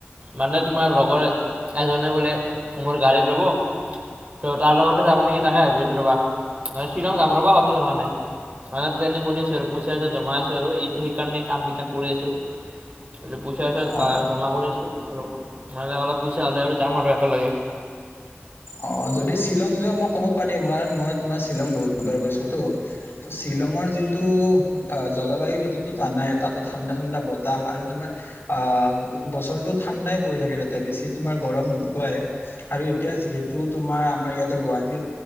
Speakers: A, on the right; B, on the left.
A: মানে তোমাৰ লগৰ এজনে বোলে মোৰ গাড়ী ল'ব তহ তাৰ লগতে যাব নেকি? তাকে ভাবি আছোঁ ৰ'বা, শ্বিলং যাম ৰ'বা অতি সোনকালে কাৰণে মানে প্লেনিং কৰি আছোঁ আৰু পইচা ত জমাই আছে আৰু সেইকাৰণে কাম বিলাক কৰি আছো। এই পইচা চইচা
B: অ
A: জমা কৰি দিছোঁ আৰু। মানে অলপ পইচা হ'লে আৰু যাম আৰু একেলগে।
B: অ যদি শ্বিলং যোৱা মই ক'ব পাৰিম, কাৰণ মই তোমাৰ শ্বিলং বহুত বাৰ গৈছোটো। তহ শ্বিলঙৰ যিটো জলবায়ু সেইটোতো জানাই, তাতে ঠাণ্ডা ঠাণ্ডা বতাহ আৰু তোমাৰ আহ বছৰটো ঠাণ্ডাই পৰি থাকে তাতে বেছি তোমাৰ গৰম নোপোৱাই। আৰু এতিয়া যিহেতু তো তোমাৰ আমাৰ ইয়াতে গুৱাহাটীত